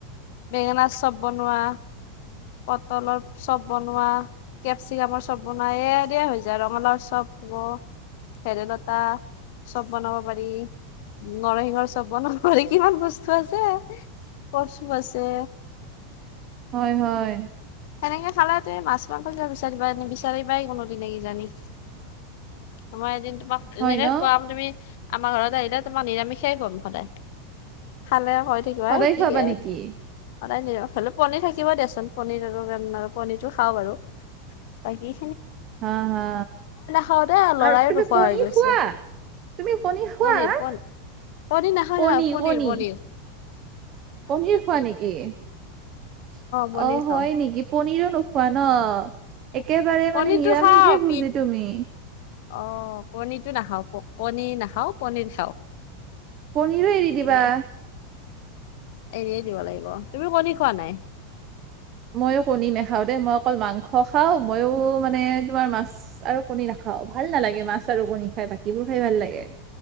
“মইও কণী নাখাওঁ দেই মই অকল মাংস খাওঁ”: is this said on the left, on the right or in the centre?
Right